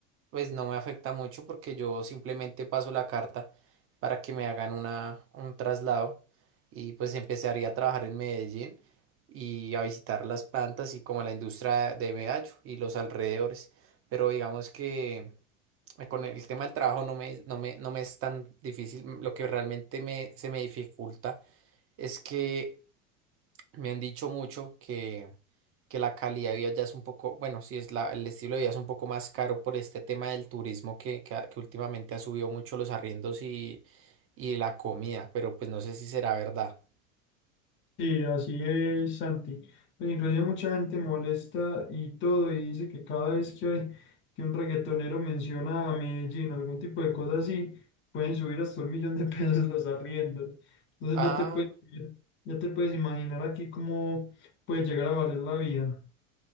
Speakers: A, on the right (about 35°); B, on the left (about 30°).
A: pues no me afecta mucho porque yo simplemente paso la carta para que me hagan una, un traslado y pues empezaría a trabajar en Medellín y a visitar las plantas y como la industria de Medallo y los alrededores, pero digamos que... eh, Con el tema del trabajo no me, no me, no me es tan difícil. Lo que realmente me, se me dificulta es que me han dicho mucho que, que la calidad de vida ya es un poco, bueno, sí es la, el estilo de vida es un poco más caro por este tema del turismo que, que, ha- que últimamente ha subido mucho los arriendos y, y la comida, pero pues no sé si será verdad.
B: Sí, así es, Santi. Pues inclusive mucha gente molesta y todo, y dice que cada vez que, hay- que un reggaetonero menciona a Medellín o algún tipo de cosa así, pueden subir hasta un millón de <laughs> pesos los arriendos. Entonces
A: ah
B: ya te puedes, ya te puedes imaginar aquí cómo puede llegar a valer la vida.